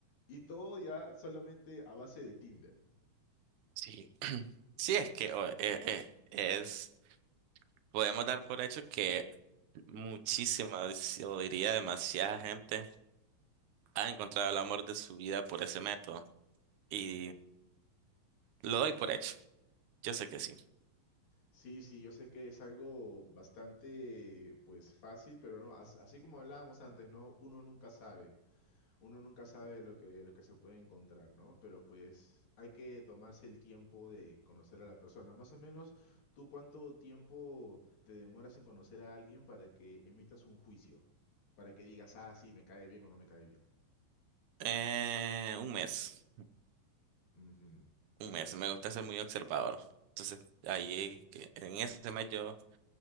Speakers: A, on the left; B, on the right.
A: Y todo ya solamente a base de Tinder.
B: Sí. Sí, es que o- eh, eh, es, podemos dar por hecho que muchísima, yo diría demasiada gente ha encontrado el amor de su vida por ese método. Y lo doy por hecho. Yo sé que sí.
A: Sí, sí, yo sé que es algo bastante, pues, fácil, pero no, as- así como hablábamos antes, ¿no? Uno nunca sabe. uno nunca sabe lo que, lo que se puede encontrar, ¿no? Pero pues hay que tomarse el tiempo de conocer a la persona. Más o menos, ¿tú cuánto tiempo te demoras en conocer a alguien para que emitas un juicio? Para que digas, ah, sí, me cae bien o no me cae bien.
B: Eh, un mes,
A: Ujú.
B: un
A: Le
B: mes.
A: das-
B: Me gusta ser muy observador. Entonces, ahí que- en ese mes yo